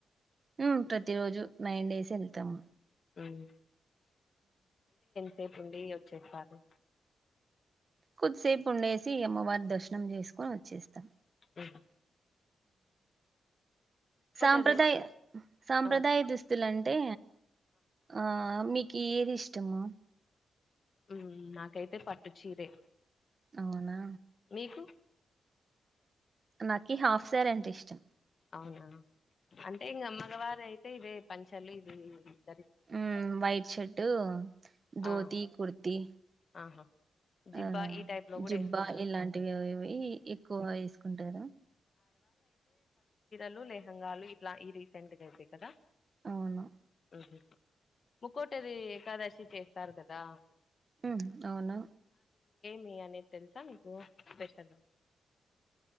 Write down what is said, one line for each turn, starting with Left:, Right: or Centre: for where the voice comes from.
Right: ఊ ప్రతీ రోజు నైన్ డేస్ వెళ్తాము
Left: ఉమ్ సేపు ఉండి వచ్చేస్తారు
Right: కొద్దిసేపు ఉండేసి అమ్మవారి దర్శనం చేసుకొని వచ్చేత్తం
Left: ఉ
Right: సాంప్రదాయ
Left: అదే
Right: సాంప్రదాయ
Left: ఆ
Right: దుస్తులు అంటే ఆ మీక్ ఏది ఇష్టము
Left: ఉమ్ నాకైతే పట్టు చీరే
Right: అవునా
Left: నికు
Right: నాకి హాఫ్ సారి అంటే ఇష్టం
Left: అవునా అంటే ఇంగా మగవారు అయి ఇవే పంచలు ఇవే వి
Right: ఉమ్ వైట్ షర్ట్ ధోతి
Left: ఆ
Right: కుర్తి
Left: ఆహా జిబ్బా
Right: ఆ
Left: ఈ టైప్ లో కూడా
Right: జిబ్బా
Left: వేసుకుంటారు
Right: ఇలాంటివి అవి ఎక్కువ వేసుకుంటార
Left: లు లెహంగాలు ఇట్లా ఈ రీసెంట్ గా అయితే కదా
Right: అవును
Left: ఉహు ముక్కోటది ఏకాదశికి అంటరు కదా
Right: ఉ అవునా
Left: మీ అనేది తెలుసా మీకు బెస్ట్ అనో